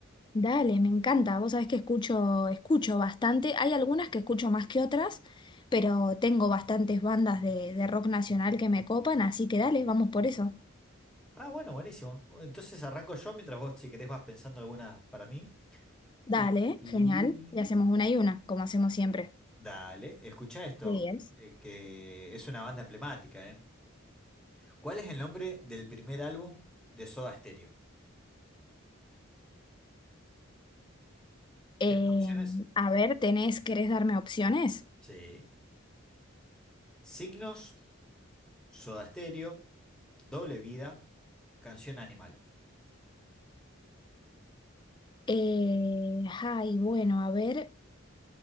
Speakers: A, on the left; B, in the centre.
A: Dale, me encanta, vos sabés que escucho, escucho bastante, hay algunas que escucho más que otras, pero tengo bastantes bandas de, de rock nacional que me copan, así que dale, vamos por eso.
B: Ah, bueno, buenísimo. Entonces arranco yo mientras vos, si querés, vas pensando algunas para mí.
A: Dale,
B: Y, y-
A: genial, y hacemos una y una, como hacemos siempre.
B: dale, escuchá esto,
A: De 10.
B: eh, que es una banda emblemática, ¿eh? ¿Cuál es el nombre del primer álbum de Soda Stereo?
A: Eh,
B: ¿Quieres opciones?
A: a ver, tenés, ¿querés darme opciones?
B: Sí. Signos, Soda Stereo, Doble Vida, Canción Animal.
A: Eh, ay, bueno, a ver,